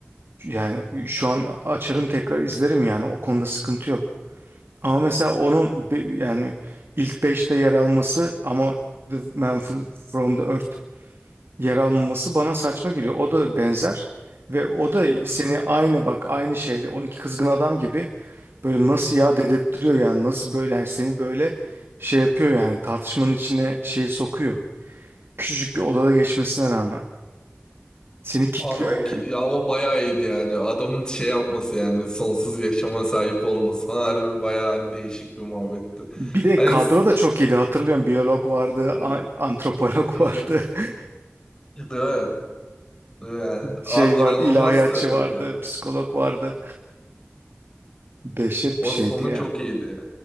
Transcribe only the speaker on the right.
Yani şu an açarım tekrar izlerim yani o konuda sıkıntı yok. Ama mesela onun
be- yani ilk beşte yer alması ama The Man F- From The Earth yer almaması bana saçma geliyor. O da benzer ve o da
seni aynı bak aynı şeyde 12 Kızgın Adam gibi böyle nasıl ya
dedirttiriyor yani nasıl böyle yani seni böyle şey yapıyor yani tartışmanın içine şeyi sokuyor. Küçücük bir odada geçmesine rağmen seni kitliyor
yani.
Bir de
kadro
da çok iyiydi hatırlıyorum biyolog vardı,
a- antropolog
vardı. <laughs>
şey
vardı,
ilahiyatçı
vardı,
psikolog vardı. Dehşet
bir şeydi
ya.